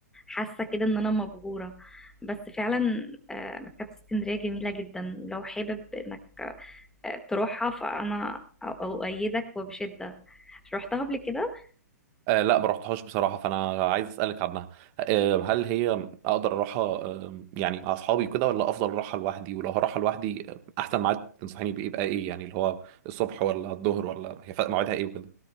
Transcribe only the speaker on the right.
آه لا ما رحتهاش بصراحة فأنا عايز أسألك عنها آه هل هي أقدر أروحها آه يعني مع أصحابي كده ولا أفضل أروحها لوحدي ولو هروحها لوحدي آه، أحسن ميعاد تنصحيني بإيه يبقى إيه يعني اللي هو الصبح ولا الظهر ولا هي فا- موعدها إيه وكده